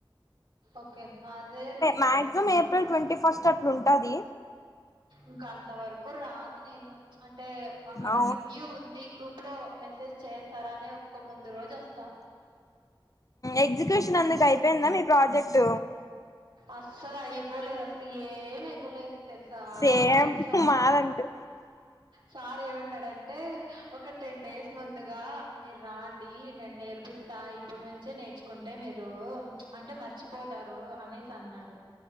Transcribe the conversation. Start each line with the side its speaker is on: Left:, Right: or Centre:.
Right: ఓకే అదే రి
Left: మాక్సిమం ఏప్రిల్ ట్వంటీ ఫస్ట్ అట్లుంటది
Right: ఇంకా అంత వరకు రాను నేను అ అంటే అక్కడ
Left: అవును
Right: రివ్యూ ఉంది గ్రూప్ లో మెసేజ్ చేస్తారా అని ఒక ముందు రోజు వస్తా
Left: ఎగ్జిక్యూషన్ అందుకు అయిపోయిందా మీ ప్రాజెక్ట్
Right: అసలు అయిపోలేదు అసలు ఏమాయిపోలేదు తెలుసా
Left: సేమ్
Right: సార్
Left: మాదంతే
Right: సార్ ఏమన్నాడంటే ఒక టెన్ డేస్ ముందుగా మీరు రా రాండి నేను నేర్పిస్తాయి ఇప్పుడు నుంచే నేర్చుకుంటే మీరు అంటే మర్చిపోతారు అనేసి అన్నాడు